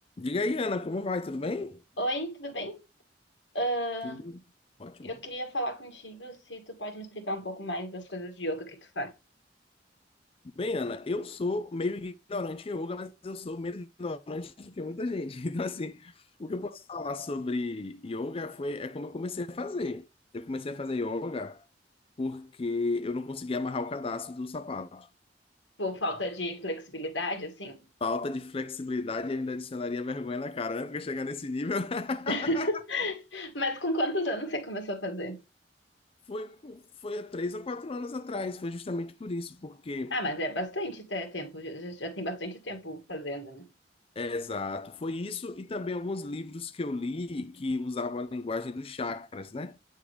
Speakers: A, on the left; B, on the left.
A: Diga aí, Ana, como vai? Tudo bem?
B: Oi, tudo bem? Ah,
A: Tudo ótimo.
B: eu queria falar contigo se tu pode me explicar um pouco mais das coisas de yoga que tu faz.
A: Bem, Ana, eu sou meio ignorante em yoga, mas eu sou menos ignorante do que muita gente. <laughs> Então, assim, o que eu posso falar sobre yoga foi é como eu comecei a fazer. Eu comecei a fazer yoga porque eu não conseguia amarrar o cadarço do sapato.
B: Por falta de flexibilidade, assim?
A: Falta de flexibilidade ainda adicionaria vergonha na cara, né? Porque chegar nesse nível. <laughs>
B: <laughs> Mas com quantos anos você começou a fazer?
A: Foi, foi há três ou quatro anos atrás, foi justamente por isso, porque
B: Ah, mas é bastante até tempo, já, já- já tem bastante tempo fazendo, né?
A: É, Exato, foi isso e também alguns livros que eu li que usavam a linguagem dos chakras, né?